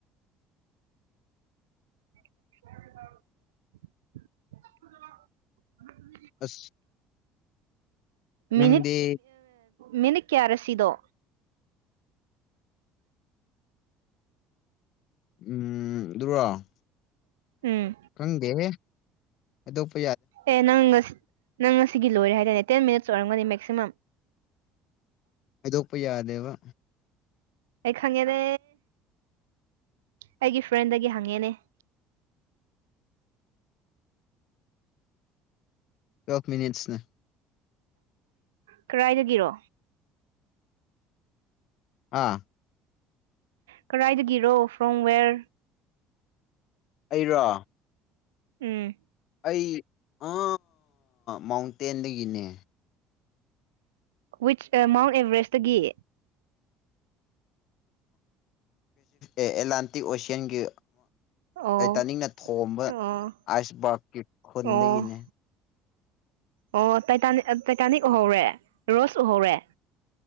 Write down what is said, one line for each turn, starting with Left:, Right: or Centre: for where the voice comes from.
Right: ꯍ
Left: ꯑꯁ
Right: ꯃꯤꯠ
Left: ꯅꯪꯗꯤ
Right: ꯃꯤꯅꯠ ꯀꯌꯥꯔꯁꯤꯗꯣ
Left: ꯎꯝ ꯔ
Right: ꯎꯝ
Left: ꯍꯪꯗꯦꯕ ꯑꯗꯨꯗ
Right: ꯑꯦ ꯅꯪꯁ ꯅꯪ ꯉꯁꯤ ꯂꯣꯏꯔꯦ ꯍꯥꯏꯇꯥꯅꯦ ꯇꯦꯟ ꯃꯤꯅꯤꯠꯁ ꯑꯣꯏꯔꯝꯒꯅꯤ ꯃꯦꯛꯁꯤꯃꯝ
Left: ꯑꯗꯣꯄ ꯌꯥꯗꯦꯕ
Right: ꯑꯩ ꯈꯪꯉꯦꯅꯦ ꯑꯩꯒꯤ ꯐ꯭ꯔꯦꯟꯗꯒꯤ ꯍꯪꯉꯦꯅꯦ <inaudible>
Left: ꯀꯐ ꯃꯤꯅꯤꯠꯁꯅꯦ
Right: ꯀꯗꯥꯥꯏꯗꯒꯤꯔꯣ
Left: ꯑꯥ
Right: ꯀꯔꯥꯏꯗꯒꯤꯔꯣ ꯐ꯭ꯔꯣꯝ ꯋꯦꯔ
Left: ꯑꯩꯔꯥ
Right: ꯎꯝ
Left: ꯑꯩ ꯑꯥ ꯃꯥꯎꯟꯇꯦꯟꯗꯒꯤꯅꯦ
Right: ꯋꯤꯠꯁ ꯑ ꯃꯥꯎꯟ ꯑꯦꯚꯔꯦꯁꯇꯒꯤ
Left: ꯑꯦꯠꯂꯥꯟꯇꯤꯛ ꯑꯣꯁꯤꯌꯥꯟꯒꯤ
Right: ꯑꯣ
Left: ꯑꯩ ꯇꯥꯅꯤꯡꯅ ꯊꯣꯝꯕ
Right: ꯑꯣ
Left: ꯑꯥꯏꯁ ꯔꯛꯀꯤ ꯈꯨꯟꯗꯒꯤꯅꯦ
Right: ꯑꯣ ꯑꯣ ꯇꯇꯥꯅꯤ ꯇꯥꯏꯇꯥꯅꯤꯛ ꯎꯍꯧꯔꯦ ꯔꯣꯁ ꯎꯍꯧꯔꯦ